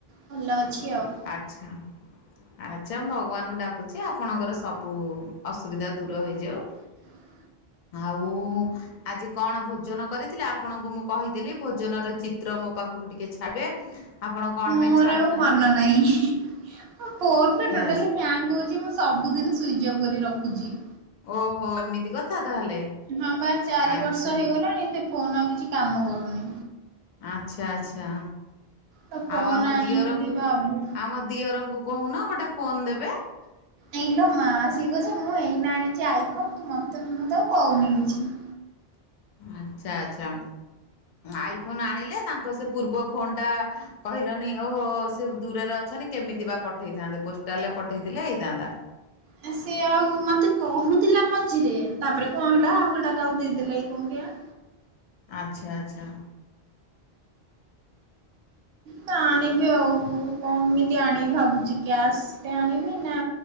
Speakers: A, on the right; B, on the left.
A: ଭଲ ଅଛି ଆଉ।
B: ଆଚ୍ଛା। ଆଚ୍ଛା ମୁଁ ଭଗବାନଙ୍କୁ ଡାକୁଛି ଆପଣଙ୍କର ସବୁ ଅସୁବିଧା ଦୂର ହେଇଯାଉ।
A: ହ
B: ଆଉ। ଆଜି କଣ ଭୋଜନ କରିଥିଲେ ଆପଣଙ୍କୁ ମୁଁ କହିଥିଲି ଭୋଜନର ଚିତ୍ର ମୋ ପାଖକୁ ଟିକେ ଛାଡିବେ। ଆପଣ କଣ
A: ମୋର
B: ପାଇଁ ଛାଡୁନାହାନ୍ତି।
A: ଆଉ ମନ ନାହିଁ। ମୋ ଫୋନରେ ଟୋଟାଲି
B: ଆଚ୍ଛା,
A: ହ୍ୟାଙ୍ଗ ହଉଛି ମୁଁ ସବୁିନ ସୁଇଚ୍ ଅଫ୍ କରି ରଖୁଛି।
B: ଓହୋ ଏମିତି କଥା ତାହେଲେ।
A: ହଁ ବା ଚାରି
B: ଆଚ୍ଛା
A: ବର୍ଷ ହେଇଗଲାଣି। ସେ ଫୋନ ଆଉ କିଛି କାମ କରୁନି।
B: ଆଚ୍ଛା ଆଚ୍ଛା
A: ତ ଫୋନ
B: ଆଉ ଆମ
A: ଆଣିବି
B: ଦିଅରଙ୍କୁ।
A: ବୋଲି ଭାବୁ
B: ଆମ ଦିଅରଙ୍କୁ। କହୁନ ଗୋଟେ ଫୋନ ଦେବେ।
A: ହଁ। ନାଇଲୋ ମା ସିଏ କହୁଛି ମୁଁ ଏଇନା ଆଣିଛି ଆଇଫୋନ। ତୁ ମତେ ମୁଁ ତାକୁ କହୁନି କିଛି।
B: ଆଚ୍ଛା ଆଚ୍ଛା। ଆଇଫୋନ ଆଣିଲେ ତାଙ୍କ ସେ ପୂର୍ବ ଫୋନ ଟା କହିଲନି ଓହୋ ସେ ଦୂରରେ ଅ ଛନ୍ତି କେମିତି ବା ପଠେଇଥାନ୍ତେ ପୋଷ୍ଟାଲରେ ପଠେଇଥିଲେ ହେଇଥାନ୍ତା।
A: ହ <unintelligible> ଏଁ ସେ ଆଉ ମତେ କହୁଥିଲା ମଝିରେ ତାପରେ କଣ ହେଲା ଆଉ ସେଇଟା କାହାକୁ ଦେଇଦେଲା କି କଣ କେଆଣି।
B: ଆଚ୍ଛା ଆଚ୍ଛା।
A: ହୁଁ ଆଣିବି ଆଉ କମିତି ଆଣିବି ଭାବୁଛି କ୍ୟାସ୍ ସ୍ ରେ ଆଣିବି ନା